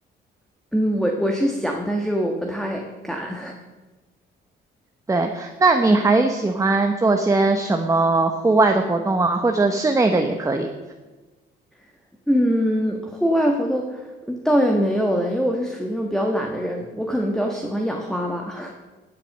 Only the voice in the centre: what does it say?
<laughs> 嗯，我我是想，但是我不太敢。
<laughs> 嗯，户外活动嗯倒也没有了，因为我是属于那种比较懒的人，我可能比较喜欢养花吧。